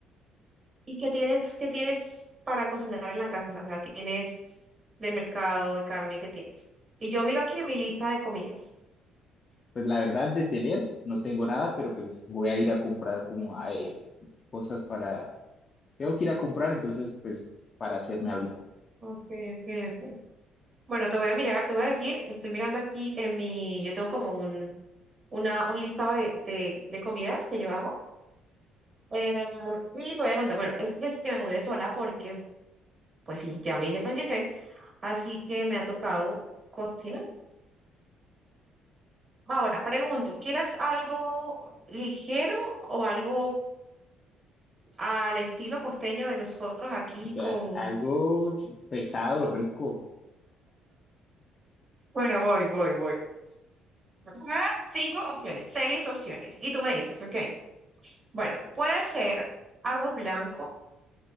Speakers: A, on the right; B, on the left.
A: ¿y qué tienes, qué tienes para cocinar en la casa? O sea, tienes de mercado, de carne, ¿qué tienes? Y yo miro aquí en mi lista de comidas.
B: Pues la verdad de tener no tengo nada, pero pues voy a ir a comprar como eh, cosas para... Tengo que ir a comprar, entonces pues para hacerme ahorita.
A: Ok, ok, ok. Bueno, te voy a mirar, te voy a decir, estoy mirando aquí en mi, yo tengo como un, una, un listado de, de, de comidas que yo hago. Eh, y te voy a contar, bueno, es desde que me mudé sola porque, pues sí, ya me independicé, así que me ha tocado cocinar. Ahora, pregunto, ¿quieres algo ligero o algo al estilo costeño de nosotros aquí
B: Bah,
A: con...
B: algo pesado, rico.
A: Bueno, voy, voy, voy. Voy a dar Cinco opciones, seis opciones. Y tú me dices, ok, bueno, puede ser arroz blanco